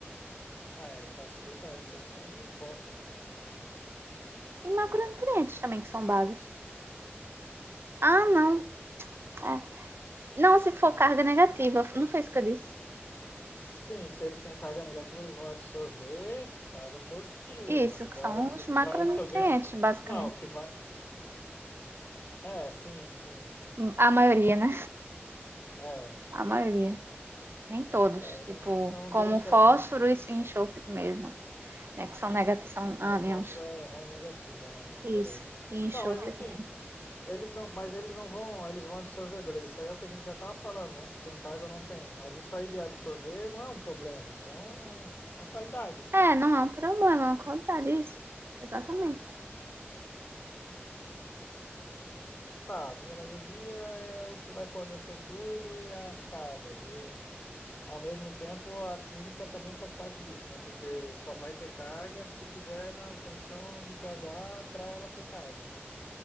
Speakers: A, on the left; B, on the right.
A: Ah, é, facilita a absorção de fósforo, né?
B: E macronutrientes também, que são bases. Ah, não. é. Não, se for carga negativa, não foi isso que eu disse.
A: Sim, se eles têm carga negativa, eles vão absorver carga positiva.
B: Isso, que
A: Vai,
B: são os macronutrientes,
A: vai absorver.
B: basicamente.
A: Não, que vai. É, sim, sim, sim.
B: A maioria, né?
A: É,
B: A maioria. Nem todos,
A: É,
B: tipo,
A: não, não
B: como
A: deixa.
B: fósforo
A: Não,
B: e enxofre mesmo, né? Que são negativos, são
A: não,
B: ânions.
A: Foster é, é negativo, é ânion,
B: Isso.
A: beleza.
B: E enxofre
A: Não, mas enfim,
B: também.
A: eles não, mas eles não vão, eles vão absorver, beleza. Isso aí é o que a gente já tava falando, né? Se tem carga ou não tem. Mas isso aí de absorver não é um problema, isso é um- uma qualidade.
B: É, não é um problema, é uma qualidade, isso. Exatamente.
A: Tá, mineralogia é o que vai fornecer tudo e as cargas. E ao mesmo tempo a química também faz parte disso, né? Porque só vai ter carga se tiver na condição de pH para ela ter carga.